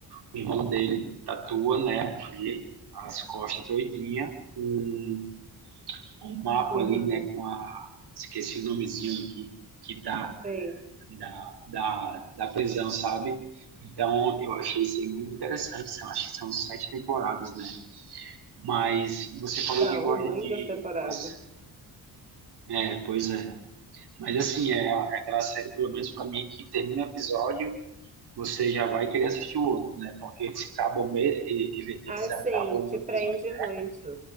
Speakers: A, on the right (about 70°); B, on the right (about 20°).
A: o irmão dele tatua, né? Ali as costas todinha, um, um mapa
B: uhum.
A: ali, né? Com a esqueci o nomezinho que que dá
B: Sim,
A: da, da, da prisão, sabe? Então, eu achei isso aí muito interessante. São, acho que são sete temporadas, né? Mas você falou
B: são
A: que gosta
B: muitas
A: de.
B: temporadas.
A: Nossa, é, pois é. Mas, assim, é, é aquela série, pelo menos para mim, que termina o episódio, você já vai querer assistir o outro, né? Porque eles acabam, me- ele- eles
B: Ah,
A: acabam
B: sim,
A: o
B: te prende
A: episódio, né?
B: muito,